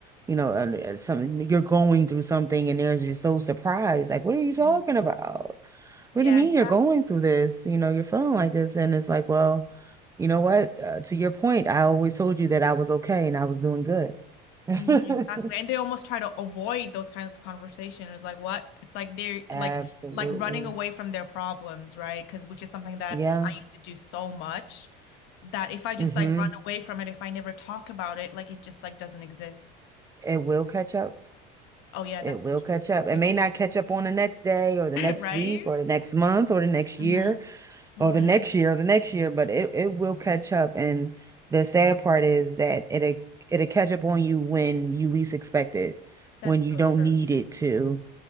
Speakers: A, on the right; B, on the left.
A: you know uh, something you're going through something and there's you're so surprised like what are you talking
B: Mhm.
A: about? What
B: Yeah,
A: do you mean
B: exactly.
A: you're going through this? You know you're feeling like this and it's like well you know what uh, to your point I always told you that I was okay and I was doing good. <laughs>
B: Mhm, exactly. And they almost try to avoid those kinds of conversations. It's like what? It's like they're
A: Absolutely.
B: like like running away from their problems, right? Because which is something that
A: Yeah.
B: I used to do so much that if I just
A: Mm-hmm.
B: like run away from it, if I never talk about it, like it just like doesn't exist.
A: It will catch up.
B: Oh yeah,
A: It
B: that's
A: will
B: true.
A: catch up. It
B: It
A: may not
B: will.
A: catch up on the next day or the
B: <laughs>
A: next
B: Right?
A: week or the next month or the next year
B: Mm-hmm.
A: or
B: Mm-hmm.
A: the next year or the next year, but it, it will catch up. And the sad part is that it'll it'll catch up on you when you least expect it,
B: That's
A: when you
B: so
A: don't
B: true.
A: need it to,